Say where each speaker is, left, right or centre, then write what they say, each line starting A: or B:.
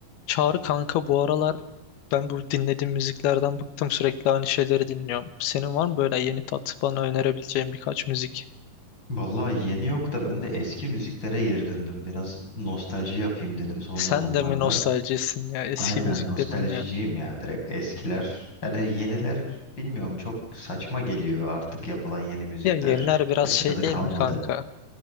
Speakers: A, on the left; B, on the left.
A: Çağrı kanka bu aralar ben bu dinlediğim müziklerden bıktım sürekli aynı şeyleri dinliyorum. Senin var mı böyle yeni tat bana önerebileceğin birkaç müzik?
B: Vallahi yeni yok da ben de eski müziklere geri döndüm. Biraz nostalji yapayım dedim son zamanlarda.
A: Sen de mi nostaljisin ya
B: Aynen
A: eski müzikleri
B: nostaljiciyim
A: dinliyorsun?
B: ya direkt eskiler. Yani yeniler bilmiyorum çok saçma geliyor artık yapılan yeni müzikler.
A: Ya yeniler biraz
B: Eski
A: şey
B: tadı kalmadı.
A: değil mi kanka?